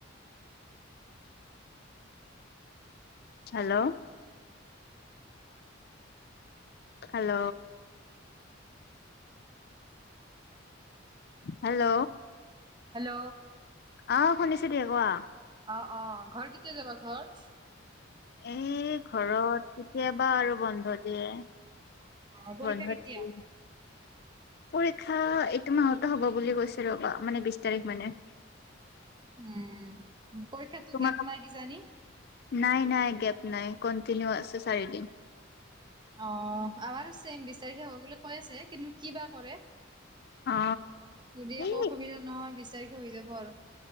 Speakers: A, on the left; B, on the right.
A: হেল্ল'। হেল্ল'। হেল্ল'।
B: হেল্ল'।
A: অ' শুনিছোঁ দিয়া কোৱা।
B: অ', অ', ঘৰ কেতিয়া যাবা ঘৰ?
A: এ, ঘৰত কেতিয়াবা আৰু বন্ধ দিয়ে।
B: অ' পৰীক্ষা
A: বন্ধ
B: কেতিয়া?
A: <unintelligible> পৰীক্ষা এইটো মাহতে হ'ব বুলি কৈছে ৰ'বা মানে বিশ তাৰিখ মানে।
B: উম, পৰীক্ষাতো
A: তোমাৰ
B: গেপ নাই কিজানি।
A: নাই নাই গেপ নাই, কন্টিনিউ আছে চাৰিদিন।
B: অ, আমাৰ ছেম বিছ তাৰিখে হ'ব বুলি কৈ আছে কিন্তু কি বা কৰে।
A: অ
B: যদি একো
A: এই
B: অসুবিধা নহয় বিচাৰিকে হৈ যাব আৰু।